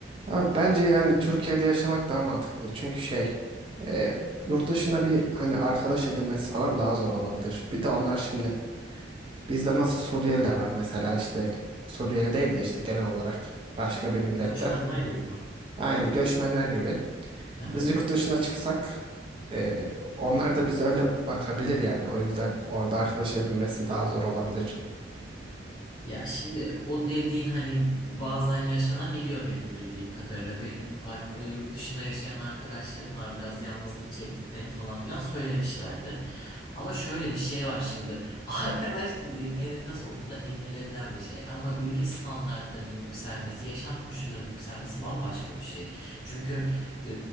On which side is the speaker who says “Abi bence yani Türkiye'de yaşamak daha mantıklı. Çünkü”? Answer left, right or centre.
Right